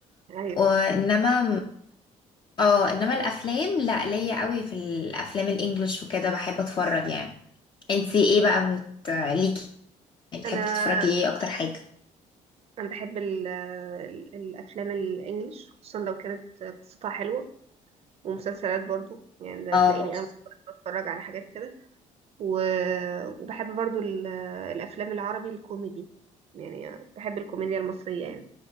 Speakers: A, on the right (about 50°); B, on the left (about 35°).
A: ايوه
B: وانما اه انما الافلام لا ليا قوي في الافلام الانجليش وكده بحب اتفرج يعني انتي ايه بقى بت... ليكي بتحبي
A: انا
B: تتفرجي ايه اكتر حاجه
A: انا بحب ال ال الافلام الانجليش خصوصا لو كانت قصتها حلوه ومسلسلات برضو يعني ده
B: اه
A: تلاقيني انا بتفرج على حاجات كده و... وبحب برضو ال- الافلام العربي الكوميدي يعني بحب الكوميديا المصريه يعني